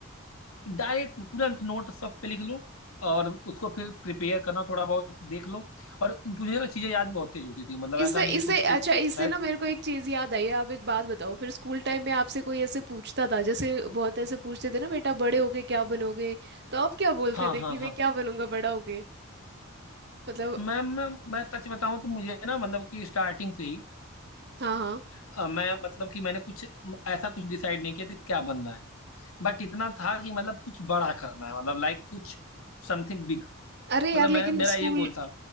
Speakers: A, on the left (about 75°); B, on the right (about 50°).
A: डायरेक्ट तुरंत नोट सब पे लिख लो और उसको फिर प्रिपेयर करना थोड़ा बहुत देख लो और मुझे ना चीजें याद भी बहुत तेज होती थी मतलब
B: इससे
A: ऐसा नहीं है
B: इससे
A: कुछ कि
B: अच्छा इससे
A: मैं
B: ना मेरे को एक चीज याद आई है आप एक बात बताओ फिर स्कूल टाइम में आपसे कोई ऐसे पूछता था जैसे बहुत ऐसे पूछते थे ना बेटा बड़े होके क्या बनोगे तो आप क्या बोलते
A: हाँ
B: थे
A: हाँ
B: कि मैं
A: हाँ
B: क्या बनूंगा बड़ा होके मतलब
A: मैम मैं, मैं सच बताऊं तो मुझे ना मतलब कि स्टार्टिंग से ही
B: हाँ हाँ
A: अ, मैं मतलब कि मैंने कुछ ऐसा कुछ डिसाइड नहीं किया था कि क्या बनना है बट इतना था कि मतलब कुछ बड़ा करना है मतलब लाइक कुछ समथिंग बिग
B: अरे
A: मतलब
B: यार लेकिन
A: मैंने मेरा
B: स्कूल
A: ये गोल था